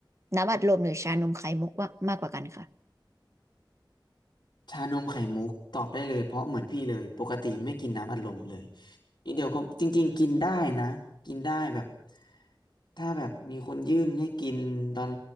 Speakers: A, on the right; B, on the left.
A: น้ำอัดลมหรือชานมไข่มุกว่ามากกว่ากันค่ะ
B: ชานมไข่มุกตอบได้เลยเพราะเหมือนพี่เลยปกติไม่กินน้ำอัดลมเลยอีกเดียวก็จริงๆกินได้นะกินได้แบบถ้าแบบมีคนยื่นให้กินตอน